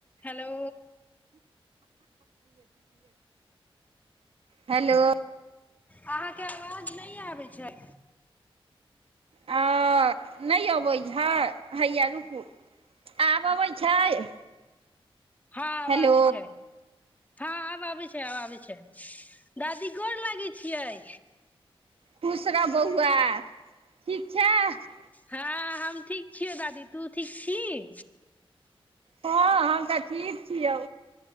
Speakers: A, on the left (about 15°); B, on the right (about 75°).
A: hello
B: hello
A: अहाँके आवाज नहि आबैत छै
B: ह नहि अबै ह हैय रुकू आब अबै छै
A: हँ आब
B: हेलो
A: आबी छै हँ आब आबी छै आब आबी छै दादी गोर लागैय छियै
B: खुश र बहुआ ठीक छ
A: हँ हम ठीक छियौ दादी तू ठीक छी
B: हँ हम तऽ ठीक छियौ